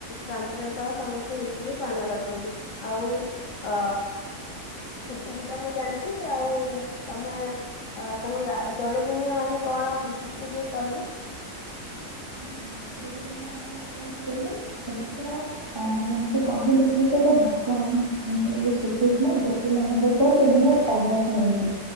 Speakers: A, on the left (about 65°); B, on the right (about 20°).
A: ଶାନ୍ତିର ସହ ସମସ୍ତେ ମିଶିକି ପାଳନ କରିଥାନ୍ତି ଆଉ ଅ ସେତିକି ତ ମୁଁ ଜାଣିଚି ଆଉ ତମେ ଆ ତମ ଗା ଦୋଳପୁର୍ଣ୍ଣିମା ମାନେ କଣ ବୁଝୁଚୁ ଟିକେ କହିଲୁ।
B: ହୁଁ ବୋଧେ ନୂଆ ମାନେ କଁ କହିଲୁ ଏଟାଟା ତା ଅ ଯେମତି କହିଲୁ କି ସେଇଟା ଭଗବାନ ଯୋଉ ଯେ ଶ୍ରୀକୃଷ୍ଣ ଗୋପୀମାନଙ୍କ ସହ ସେଦିନ ରଙ୍ଗ ଖେଳନ୍ତି।